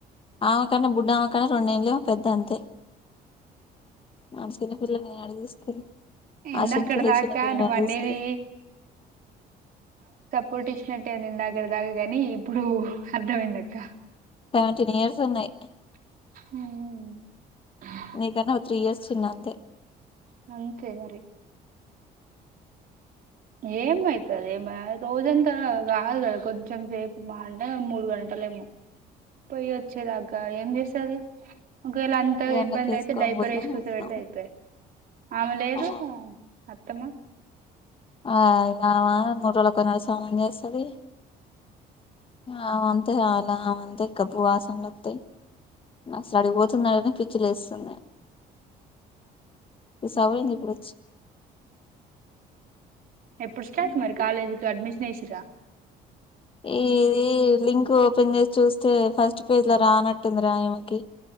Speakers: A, on the left (about 30°); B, on the right (about 55°).
A: ఆమెకన్నా బుడ్డుమ్మకన్నా రెండడుేళ్ళ పెద్ద అంతే నాన్న చిన్నపిల్లనిేను అడు చూసుకుని
B: ఇందాకడ
A: ఆ చిన్నపిల్ల
B: దాకా
A: చిన్నపిిల్లని
B: నువ్వు
A: అడు
B: అనేది
A: చూస్తుంది
B: పోటీషన్ అంటే నేను ఇందాక తాగేది కానీ ఇప్పుడు అర్థమైంది అక్క
A: సెవెంటీన్ ఇయర్స్ ఉన్నాయి
B: హ్మ
A: నీకన్నా ఒక త్రీ ఇయర్స్ చిన్న అంతే
B: మరింకే మరి ఏమవుతుంది ఏమ రోజంతా కాదు కదా కొంచెం సేపు మా అంటే మూడు గంటలు ఏమో పోయి వచ్చేదాకా ఏం చేస్తాం సాదివి ఒకవేళ అంత
A: ఎండకేసుకొని
B: ఇబ్బంది అయితే డైపర్
A: పోయినాం
B: వేసి కూర్చోబెడితే
A: వచ్చినాం
B: అయిపోయే ఆమె లేదు
A: ఆ
B: ఉత్తమ
A: ఆమె నా మూడు రోజులకు ఒకసారి స్నానం చేస్తది ఆమె అంతే గబ్బువాసనలు వస్తయి అసలు అడిగిపోతున్నాడని పిచ్చి లేస్తుంది ఈ సౌడేంది ఇప్పుడు
B: ఎప్పుడు
A: వచ్చి
B: స్టార్ట్ మరి కాలేజీ అడ్మిషన్లు విగ్నేశ్వర
A: ఇది లింక్ ఓపెన్ చేసి చూస్తే ఫస్ట్ పేజీలో రానట్టుంది రా ఈమెకి